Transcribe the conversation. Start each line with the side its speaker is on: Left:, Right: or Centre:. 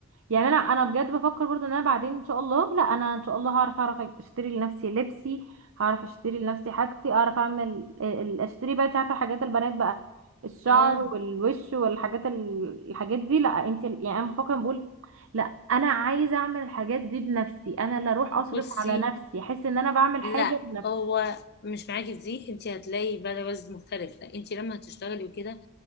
Right: يعني انا انا بجد بفكر برضو ان انا بعدين ان شاء الله لا انا ان شاء الله هعرف اعرف اشتري لنفسي لبسي هعرف اشتري لنفسي حاجتي اعرف اعمل آه، ال- اشتري بقى انت عارفه حاجات البنات بقى الشعر
Left: اه
Right: والوش والحاجات ال- الحاجات دي لا انت يعني انا بفكر بقول لا انا عايزه اعمل الحاجات دي بنفسي انا اللي اروح اصرف
Left: بصي
Right: على نفسي احس ان انا بعمل حاجه
Left: لا
Right: بنفسي
Left: هو مش معاكي في دي انت هتلاقي بقى وزن مختلف لا انت لما هتشتغلي وكده